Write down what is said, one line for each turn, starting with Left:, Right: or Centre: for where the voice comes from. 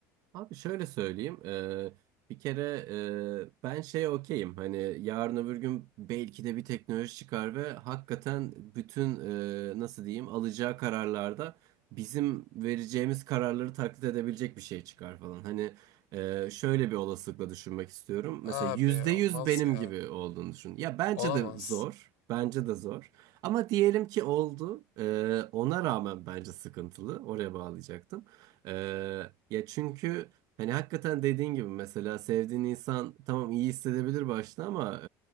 Right: Abi şöyle söyleyeyim. eee, bir kere eee, ben şeye okeyim. Hani yarın öbür gün belki de bir teknoloji çıkar ve hakikaten bütün eee, nasıl diyeyim alacağı kararlarda bizim vereceğimiz kararları taklit edebilecek bir şey çıkar falan. Hani eee, şöyle bir olasılıkla düşünmek istiyorum.
Left: Abi
Right: Mesela yüzde
Left: olmaz
Right: yüz benim
Left: ya.
Right: gibi olduğunu düşün. Ya bence
Left: Olamaz.
Right: de zor. Bence de zor. Ama diyelim ki oldu. Eee, ona rağmen bence sıkıntılı. Oraya bağlayacaktım. Ee, ya çünkü hani hakikaten dediğin gibi mesela sevdiğin insan tamam iyi hissedebilir başta ama